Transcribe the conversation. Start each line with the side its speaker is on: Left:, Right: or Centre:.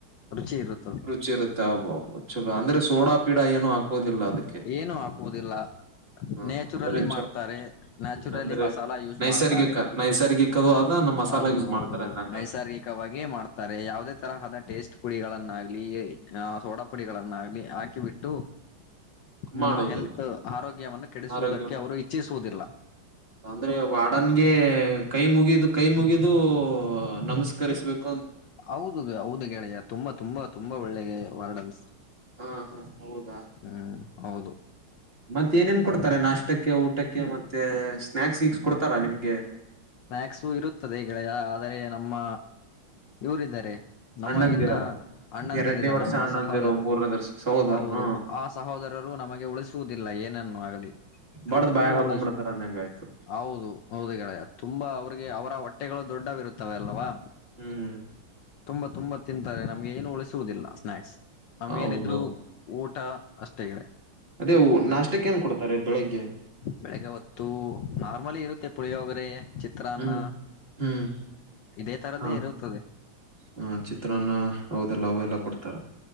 Left: ರುಚಿ ಇರುತ್ತದೆ
Right: ರುಚಿ ಇರುತ್ತೆ ಅಬೋಬ್ಬೋ ಚಲೋ ಅಂದ್ರೆ ಸೋಡಾ ಪೀಡ ಏನು ಹಾಕೋದಿಲ್ಲ ಅದಕ್ಕೆ
Left: ಏನು ಹಾಕುವುದಿಲ್ಲ
Right: ಹ
Left: ನ್ಯಾಚುರಲಿ
Right: ಅಂದ್ರೆ
Left: ಮಾಡ್ತಾರೆ
Right: ಚೊ
Left: ನ್ಯಾಚುರಲಿ
Right: ಹ್ಮ್ ಅಂದ್ರೆ
Left: ಮಸಾಲಾ ಯೂಸ್
Right: ನೈಸರ್ಗಿಕ
Left: ಮಾಡ್ತಾರೆ
Right: ನೈಸರ್ಗಿಕದು ಆದ ನಮ್ ಮಸಾಲ
Left: ಹೌದು
Right: ಯೂಸ್
Left: ಹೌದೌದು
Right: ಮಾಡ್ತಾರೆ ಅಂದಂಗ
Left: ನೈಸರ್ಗಿಕವಾಗಿಯೇ ಮಾಡ್ತಾರೆ ಯಾವದೇ ತರಹದ ಟೇಸ್ಟ್ ಗಳನ್ನಾಗ್ಲಿ ಸೋಡ ಪುಡಿಗಳನ್ನಾಗ್ಲಿ ಹಾಕಿಬಿಟ್ಟು
Right: ಮಾಡುವುದಿಲ್ಲ
Left: ನಮ್ಮ ಹೆಲ್ತ್ ಆರೋಗ್ಯವನ್ನು ಕೆಡಿಸುವುದಕ್ಕೆ
Right: ಆರೋಗ್ಯ
Left: ಅವರು ಇಚ್ಛಿಸುವುದಿಲ್ಲ
Right: ಅಂದ್ರೆ ವಾಡನ್ಗೆ ಕೈ ಮುಗಿದ ಇದು ಕೈ ಮುಗಿದು ನಮಸ್ಕರಿಸಬೇಕು
Left: ಹೌದು ಹೌದು ಗೆೆಯ ತುಂಬಾ ತುಂಬಾ ತುಂಬಾ ಒಳ್ಳೇಗೆ ವರ್ಡನ್ಸ್
Right: ಹಾ ಹಾ ಹೌದಾ
Left: ಹ್ಮ್ ಹೌದು
Right: ಮತ್ತ ಏನೇನ್ ಕೊಡ್ತಾರೆ ನಾಷ್ಟಕ್ಕೆ ಊಟಕ್ಕೆ ಮತ್ತೆ ಸ್ನಾಕ್ಸ್ ಸಿಕ್ಸ್ ಕೊಡ್ತಾರಾ ನಿಮ್ಗೆ
Left: ಸ್ನ್ಯಾಕ್ಸು ಇರುತ್ತದೆ ಗೆಳೆಯ ಆದರೆ ನಮ್ಮ ಇವರಿದ್ದಾರೆ ನಮಗಿನ್ನ
Right: ಅಣ್ಣಂದಿರ
Left: ಅಣ್ಣಂದಿರಾರೆ
Right: ಎರಡನೇ ವರ್ಷ
Left: ನಮ್ಮ
Right: ಅಣ್ಣಂದಿರು
Left: ಸಹೋದರರು
Right: ಮೂರನೇ ವರ್ಷ ಸಹೋದರ
Left: ಹೌದು
Right: ಹಾ
Left: ಆ ಸಹೋದರರು ನಮಗೆ ಉಳಿಸುವುದಿಲ್ಲ ಏನನ್ನು ಆಗಲಿ ಚೂರುನು
Right: ಬಡ್ದ್ ಬಾಯಾಗ ಹಾಕೊಂಡ್
Left: ಉಳಿಸ
Right: ಬಿಡ್ತಾರ
Left: <inaudible>
Right: ಅಂದಂಗ ಆಯ್ತು
Left: ಹೌದು ಹೌದು ಗೆಳಯ ಅವ್ರಿಗೆ ಅವರ ಹೊಟ್ಟೆಗಳು ದೊಡ್ಡವಿರುತ್ತವೆ ಅಲ್ವಾ
Right: ಹ್ಮ್
Left: ತುಂಬಾ ತುಂಬಾ ತಿಂತಾರೆ ನಮ್ಗೆ ಏನು ಉಳಿಸುವುದಿಲ್ಲ ಸ್ನಾಕ್ಸ್ ನಮ್ಗೇನಿದ್ರು
Right: ಹೌದು
Left: ಊ <unintelligible>
Right: ಅದೇ ನಾಷ್ಟಕ್ಕೆ ಏನ್ ಕೊಡ್ತಾರೆ ಬೆಳಿಗ್ಗೆ
Left: ಬೆಳಿಗ್ಗೆ ಹೊತ್ತು ನಾರ್ಮಲಿ ಇರು ಪುಳಿಯೋಗರೆ ಚಿತ್ರಾನ್ನ
Right: ಹ್ಮ್ ಹ್ಮ್ <inaudible>
Left: ಇದೇ ತರದ್ದೇ
Right: ಹಾ <inaudible>
Left: ಇರುತ್ತದೆ
Right: ಹಾ ಚಿತ್ರಾನ್ನ ಹೌದೆಲ್ಲ ಅವೆಲ್ಲ ಕೊಡ್ತಾರ